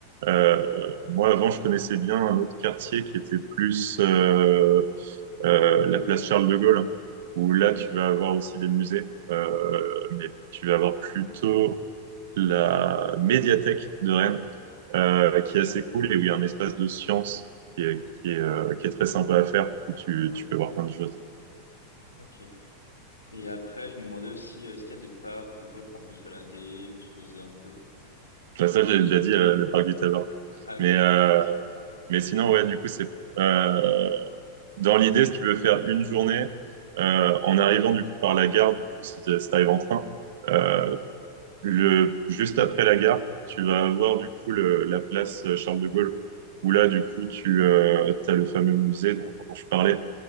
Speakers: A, on the right; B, on the left.
A: Euh, moi, avant, je connaissais bien un autre quartier qui était plus euh, euh, la place Charles de Gaulle, où là, tu vas avoir aussi des musées, euh, mais tu vas avoir plutôt la médiathèque de Rennes, euh, qui est assez cool et où il y a un espace de science qui est, qui est, euh, qui est très sympa à faire, où tu, tu peux voir plein de choses.
B: Ok. Et après, je me demandais aussi, euh, est-ce qu'il y a des parcs ou pas où on peut se balader ou se poser un peu?
A: Bah, ça, j'ai déjà dit, euh, le parc des Tabards.
B: Ah oui,
A: Mais, euh, Mais sinon, ouais, du coup, c'est euh, dans l'idée, si tu veux faire une journée euh, en arrivant du coup par la gare, du coup, si tu arrives en train, euh, le, juste après la gare, tu vas avoir du coup le, la place euh, Charles de Gaulle, où là, du coup, tu as le fameux musée dont, dont je parlais,